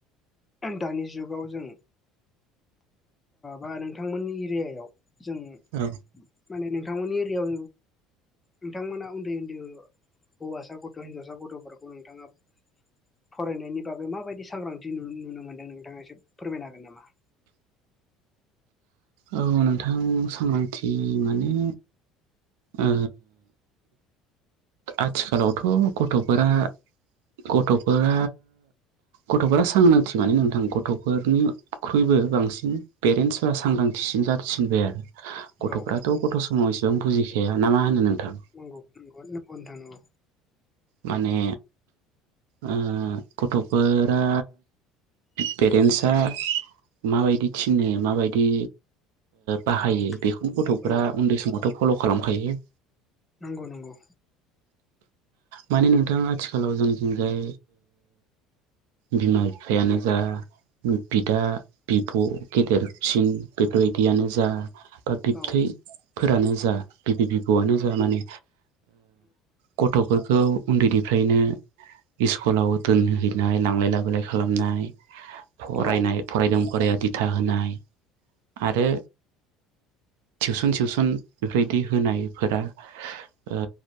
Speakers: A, on the left; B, on the right.
A: दानि जुगाव जों बा नोंथांमोननि एरियायाव जों
B: औ
A: माने नोंथांमोननि एरिायाव नोंथांमोना उन्दै- उन्दै हौवासा गथ' हिनजावसा गथ'फोरखौ नोंथाङा फरायनायनि बागै माबायदि सांग्रांथिु नुनो मोनदों नोंथाङा एसे फोरमायनो हागोन नामा?
B: औ नोंथां सांग्रांथि माने ओ आथिखालावथ' गथ'फोरा गथ'फोरा गथ'फोरा सांग्रांथि माने नोंथां गथ'फोरनिख्रुइबो बांसिन पेरेन्टसफोरा सांग्रांथिसिन जाारसिनबाय आरो। गथ'फ्राथ'
A: औ
B: गथ' समाव इसेबां बुजिखाया ना मा होनो नोंथां?
A: नंगौ न थ नांगौ
B: माने ओ गथ'फोरा पेरेन्टसा माबायदि थिनो माबायदि बाहायो
A: औ
B: बेखौनो गथ'फ्रा
A: औ
B: उन्दै समावथ' फल' खालामखायो।
A: नंगौ नंगौ
B: माने नोंथां आथिखालाव जोंनिथिंजाय बिमा बिफायानो जा बिदा बिब' गेदेरसिन बेफोरबायदियानो जा ओ बिबथै
A: औ
B: फोरानो जा बिबै बिबौआनो जा माने गथ'फोरखौ उन्दैनिफ्रायनो सस्कुलाव दोनहैनाय लांलाय लाबोलाय खालामनाय फरायनाय
A: औ
B: फरायदों फराया दिथा होनाय आरो टिउसन सिउसन बेबायदि होनायफोरा ओ